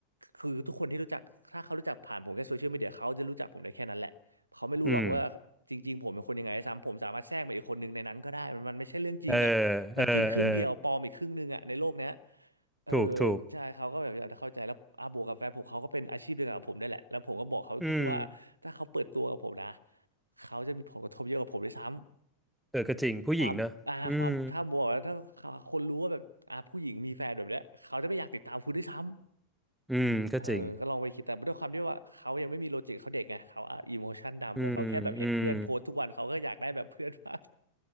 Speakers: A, on the right; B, in the centre.
A: คือทุกคนที่รู้จักถ้าเขารู้จักผ่านผมแค่โซเชียลมีเดียเขาจะรู้จักผมได้แค่นั้นแหละเขาไม่รู้หรอกว่า
B: อืม
A: จริงๆผมเป็นคนยังไงด้วยซ้ำผมสามารถแทรกมาอีกคนหนึ่งในนั้นก็ได้มันมันไม่ใช่เรื่องจริงอ่ะมันจริงครึ่งเดียวปลอมอีกครึ่งหนึ่งอ่ะในโลกเนี้ย
B: เออเออเออ
A: เออ
B: ถูกถูก
A: ใช่เขาก็แบบอยากจะเข้าใจแล้วอาบวกกับแฟนผมเขาก็เป็นอาชีพเดียวกับผมได้แหละแล้วผมก็บอกเขาตรงว่าถ้าเขาเปิดตัวกับผมนะ
B: อืม
A: เขาจะมีผลกระทบเยอะกว่าผมด้วยซ้ำ
B: เออก็จริงผู้หญิงเนอะอืม
A: ความอ่าความถ้ามัวแล้วถ้าคนรู้ว่าแบบอ่าผู้หญิงมีแฟนแบบเนี้ยเขาจะไม่อยากติดตามคุณด้วยซ้ำ
B: อืมก็จริง
A: เออ ก็ลองไปคิดแต่ด้วยความที่ว่าเขายังไม่มีโลจิกเขาเด็กไงเขาอ่ะอิโมชันดำเลยเขาแค่แบบเห็นเพื่อนโพสต์ทุกวันเขาก็อยากได้แบบเพื่อนบ้าง
B: อืมอืม